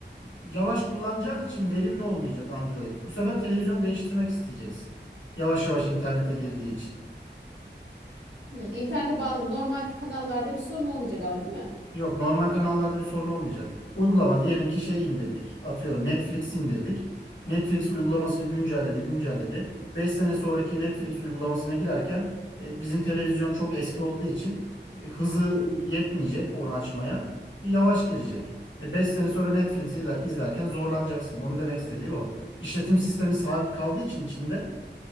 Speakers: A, on the left (about 85°); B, on the right (about 75°).
A: yavaş kullanacağın için verimli olmayacak Android. Bu sefer televizyonu değiştirmek isteyeceksin. Yavaş yavaş internete girdiği için.
B: Hı, internete bağlı. Normal kanallarda bir sorun olmayacak ama değil mi?
A: Yok normal kanallarda bir sorun olmayacak. Uygulama diyelim ki şey indirdik. Atıyorum Netflix indirdik. Netflix uygulamasını güncelledi, güncelledi. 5 sene sonraki Netflix uygulamasına girerken e, bizim televizyon çok eski olduğu için e, hızı yetmeyecek onu açmaya. Yavaş girecek. E, Beş sene sonra Netflix'i izlerken zorlanacaksın. Onu demek istediği o. İşletim sistemi sabit kaldığı için içinde